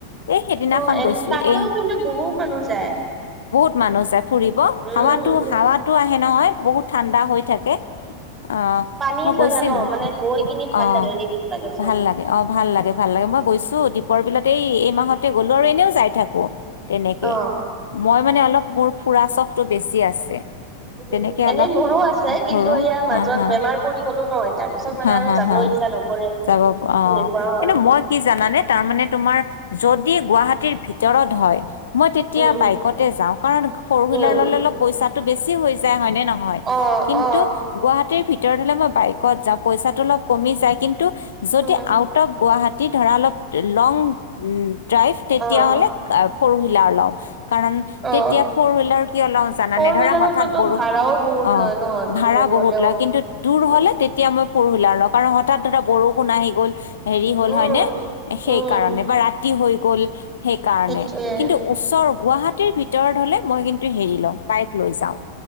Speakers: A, on the left (about 65°); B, on the right (about 20°).
A: এই সেইদিনাখন
B: অ এনে
A: গৈছো
B: তাতেও
A: এই
B: কিন্তু বহুত মানুহ যায়।
A: বহুত মানুহ যায় ফুৰিব
B: উম
A: হাৱাতো
B: উম
A: হাৱাতো আহে নহয় বহুত ঠাণ্ডা হৈ থাকে। আহ
B: পানীৰ
A: মই
B: জাগা
A: গৈছিলো
B: ন মানে গৈ কিনি ভাল
A: অহ।
B: লাগে ৰিলিফ লাগে বহুত
A: ভাল লাগে অ ভাল লাগে ভাল লাগে মই গৈছো। দিপৰ বিলতে এই মাহতে গ'লো আৰু এনেও যাই থাকো। তেনেকে
B: অ।
A: মই মানে অলপ মোৰ ফুৰা চখটো বেছি আছে।
B: উ
A: তেনেকে
B: এনেই
A: অলপ
B: মোৰো আছে
A: ঘূৰো
B: কিন্তু এয়াৰ মাজত
A: হা হা
B: বেমাৰ পৰি গলো নহয় তাৰ পিছত মানে
A: হা
B: আৰু
A: হা
B: যাবই।
A: হা
B: ইচ্ছা নকৰে।
A: অ
B: এনেকুৱা হ'ল
A: কিন্তু মই কি জানানে তাৰমানে তোমাৰ যদি। গুৱাহাটীৰ ভিতৰত হয় মই তেতিয়া
B: উম
A: বাইকতে যাওঁ কাৰণ ফৰ হুইলাৰ
B: উম
A: ল অলপ পইচা। বেছি হৈ যায় হয় ন নহয়
B: অ
A: কিন্তু
B: অ
A: গুৱাহাটী। ভিতৰত হলে মই বাইকত যাওঁ পইচাটো অলপ কমি যায় কিন্তু যদি
B: উম
A: আউট অফ গুৱাহাটীত। তি ধৰা অলপ লং ড্ৰাইভ তেতিয়াহ'লে
B: অ
A: ফ'ৰ হুইলাৰ লওঁ। কাৰণ
B: অ
A: তেতিয়া ফৰ হুইলাৰ কিয় লও জানাানে
B: ফৰ হুইলাৰততো
A: ধৰা হঠাৎ বৰোষ
B: ভাড়াও বহুত
A: অ
B: লয় ন
A: ভা়ৰা।
B: দূৰত গলেও
A: বহুত লয় কিন্তু দূৰ
B: উম
A: হ'লে তেতিয়া মই। পৰহিলা লগ কাৰণ হঠাৎ ধৰা বৰষুণ আহি গ'ল হেৰি হ'ল
B: উম
A: হয় নে সেই
B: উম
A: কাৰণে বা ৰাতি। হৈ গল সেইকাৰণে
B: সেইটোৱে
A: কিন্তু ওচৰ। গুৱাহাটীৰ ভিতৰত হলে মই কিন্তু হেৰি লওঁ বাইক লৈ যাওঁ